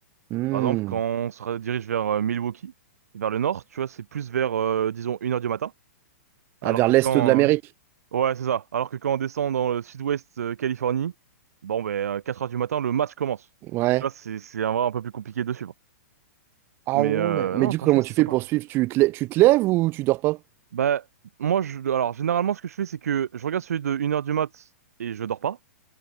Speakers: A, on the right; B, on the right.
A: Hmm.
B: Par exemple, quand on se dirige vers euh, Milwaukee, vers le nord, tu vois, c'est plus vers, euh, disons, une heure du matin. Alors
A: Ah, vers
B: que
A: l'est
B: quand...
A: de l'Amérique.
B: euh, Ouais, c'est ça. Alors que quand on descend dans le sud-ouest euh, Californie, bon, ben, quatre heures du matin, le match commence.
A: Ouais.
B: Donc là, c'est c'est un, un peu plus compliqué de suivre.
A: Ah
B: Mais
A: ouais.
B: euh,
A: Mais
B: non,
A: du
B: franchement,
A: coup, comment
B: c'est
A: tu
B: sympa.
A: fais pour suivre? Tu te, lè- tu te lèves ou tu dors pas?
B: Bah, moi, je, alors, généralement, ce que je fais, c'est que je regarde celui de une heure du mat et je dors pas.